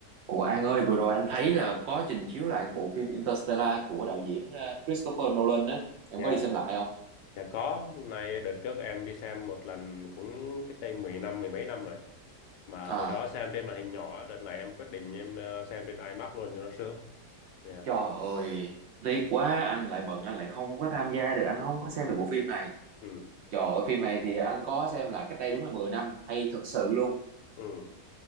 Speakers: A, on the right; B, on the left.
A: Ủa An ơi, vừa rồi anh thấy là có trình chiếu lại cái bộ phim Interstellar của đạo diễn ờ, Christopher Nolan á. Em
B: Dạ,
A: có đi xem lại không?
B: dạ có. hôm Nay đợt trước em đi xem một lần cũng cách đây 10 năm, mười mấy năm rồi. Mà
A: À,
B: hồi đó xem trên màn hình nhỏ, đợt này em quyết định em ờ, xem trên IMAX luôn cho nó sướng. Dạ.
A: trời ơi, tiếc quá, anh lại bận, anh lại không có tham gia được, anh không có xem được bộ phim này.
B: Ừ,
A: Trời ơi, phim này thì anh có xem lại cách đây đúng là 10 năm, hay thật sự luôn.
B: ừ.